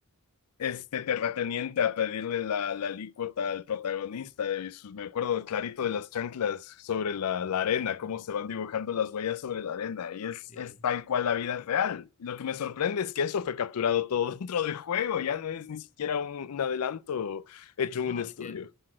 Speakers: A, on the left; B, on the left.
A: este terrateniente a pedirle la, la alícuota al protagonista. Y su- me acuerdo clarito de las chanclas sobre la, la arena, cómo se van dibujando las huellas sobre la arena. Y es,
B: sí.
A: es tal cual la vida real. Lo que me sorprende es que eso fue capturado todo <laughs> dentro del juego. Ya no es ni siquiera un, un adelanto hecho
B: No,
A: en
B: no,
A: un estudio.
B: es que